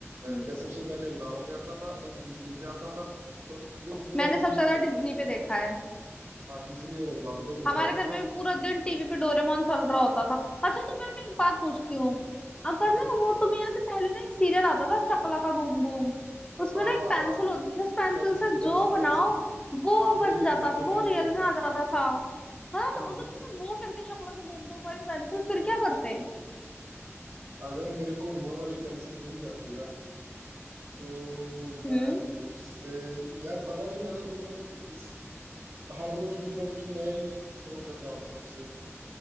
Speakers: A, on the left; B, on the right.
A: हम्म
B: क्या सबसे पहले हंगामा पे आता था एक डिज्नी पे आता था मतलब मतलब पूरा
A: मैंने
B: दिन
A: सबसे
B: यही
A: ज्यादा
B: चलते
A: डिज्नी
B: रहते
A: पे
B: थे
A: देखा है
B: हाँ डिज्नी और हंगामा दोनों
A: हमारे
B: पे आता
A: घर में
B: था
A: भी पूरा दिन टीवी पे डोरेमोन चल रहा होता था अच्छा तुम्हें मैं एक बात पूछती हूँ अगर
B: हम्म,
A: ना वो तुम्हें याद है पहले ना एक सीरियल आता था शकला का बूम बूम उसमें
B: हाँ
A: ना एक
B: हाँ
A: पेंसिल
B: हाँ
A: होती थी उस पेंसिल
B: पेंसिल
A: से
B: मैजिक
A: जो
B: पेंसिल
A: बनाओ वो
B: वही
A: बन जाता
B: रियल
A: था वो
B: लाइफ
A: रियल
B: में आ
A: में
B: जाता
A: आ
B: था
A: जाता था हाँ तो
B: हम्म
A: अगर तुम्हें वो मिलती शकला का बूम बूम वाली पेंसिल फिर क्या करते
B: अगर मेरे को वो वाली पेंसिल मिल जाती ना तो
A: हम्म
B: मैं फिर उससे यार पता नहीं मैं तो मतलब इस- हर रोज कुछ ना कुछ नया ही ड्रॉ कर रहा होता उससे